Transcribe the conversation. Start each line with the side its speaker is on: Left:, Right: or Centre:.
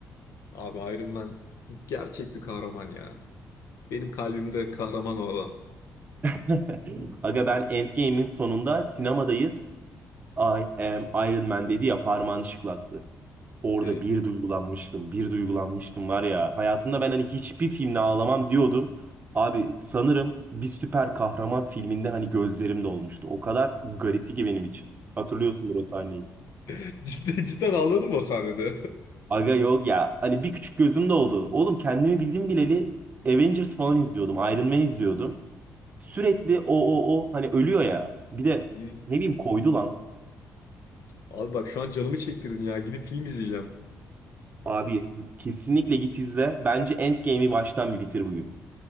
Left: Abi Iron Man gerçek bir kahraman ya. Benim kalbimde kahraman o adam.
Right: <laughs> Aga ben Endgame'in sonunda sinemadayız. I am Iron Man dedi ya parmağını şıklattı. Orada
Left: Evet.
Right: bir duygulanmıştım. Bir duygulanmıştım var ya. Hayatımda ben hani hiçbir filmde ağlamam diyordum. Abi sanırım bir süper kahraman filminde hani gözlerim dolmuştu. O kadar garipti ki benim için. Hatırlıyorsundur o sahneyi.
Left: <laughs> Cidden, cidden ağladın mı o sahnede?
Right: Aga yok ya. Hani bir küçük gözüm de oldu. Oğlum kendimi bildim bileli Avengers falan izliyordum. Iron Man izliyordum. Sürekli o o o hani ölüyor ya. Bir de
Left: <laughs>
Right: ne bileyim koydu lan.
Left: Abi bak şu an canımı çektirdin ya. Gidip film izleyeceğim.
Right: Abi kesinlikle git izle. Bence Endgame'i baştan bir bitir bugün.